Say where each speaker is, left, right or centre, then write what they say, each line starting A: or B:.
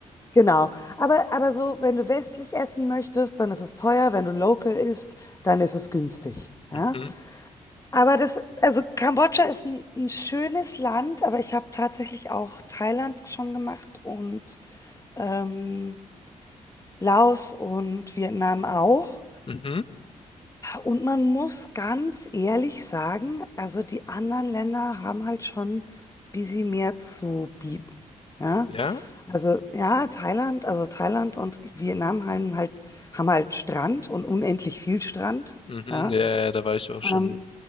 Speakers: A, on the left; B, on the left.
A: genau. Aber, aber so, wenn du westlich essen möchtest, dann ist es teuer. Wenn du local isst, dann ist es günstig. Ja?
B: Mhm,
A: Aber das, also Kambodscha ist ein, ein schönes Land, aber ich habe tatsächlich auch Thailand schon gemacht und ähm, Laos und Vietnam auch.
B: Mhm.
A: Und man muss ganz ehrlich sagen, also die anderen Länder haben halt schon ein bisschen mehr zu bieten. Ja,
B: Ja?
A: also ja, Thailand, also Thailand und Vietnam haben halt, haben halt Strand und unendlich viel Strand.
B: Mhm.
A: Ja,
B: Ja, ja, ja, da war ich auch schon
A: ähm,